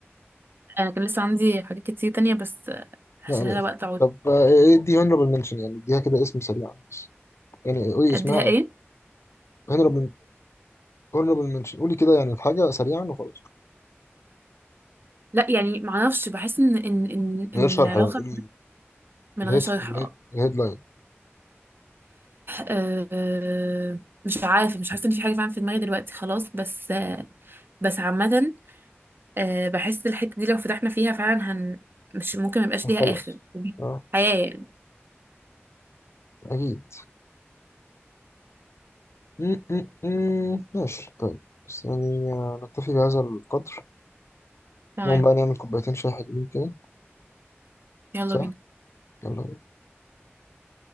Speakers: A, on the right; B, on the left.
A: أنا كان لسه عندي حاجات كتير تانية بس آه، هشيلها
B: لا ليه
A: لها وقت أقعد
B: طب آه، ايه دي honorable mention يعني اديها كده اسم سريعا بس يعني قولي
A: أديها
B: اسمها
A: إيه
B: او honorable honorable mention قولي كده يعني الحاجة سريعا وخلاص
A: لا يعني معرفش بحس ان ان ان
B: من
A: ان
B: غير شرح
A: العلاقه
B: يعني قولي
A: من
B: الهيد
A: غير شرح
B: الهيد
A: اه
B: الهيدلاين
A: آه، مش عارفه مش حاسه ان في حاجه فعلا في دماغي دلوقتي خلاص بس آه، بس عامه آه، بحس الحته دي لو فتحنا فيها فعلا هن مش ممكن ميبقاش ليها
B: خلاص
A: اخر
B: اه
A: حياه يعني
B: اكيد م- م- م. ماشي طيب بس يعني آه، نكتفي بهذا القدر
A: تمام
B: نقوم بقى نعمل كوبايتين شاي حلوين كده
A: يلا
B: صح
A: بينا
B: يلا بينا.